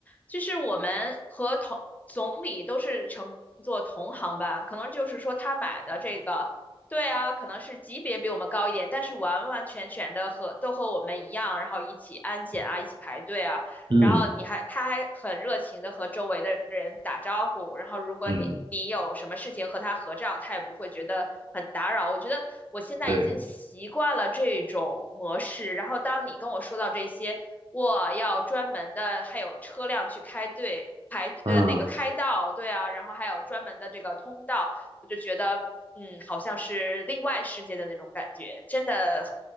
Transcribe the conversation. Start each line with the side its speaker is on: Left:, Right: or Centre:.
Left: 就是我们和同总理都是乘坐同航班，可能就是说他买的这个，对啊，可能是级别比我们高一点，但是完完全全的和都和我们一样，然后一起安检啊，一起排队啊，
Right: 嗯
Left: 然后你还他还很热情的和周围的人打招呼，然后如果你你有什么事情和他合照，
Right: 嗯，
Left: 他也不会觉得很打扰。我觉得我现在已经习惯了这种模式，
Right: 对，
Left: 然后当你跟我说到这些，我要专门的还有车辆去开队排呃那个开道，
Right: 嗯。
Left: 对啊，然后还有专门的这个通道，我就觉得嗯好像是另外世界的那种感觉，真的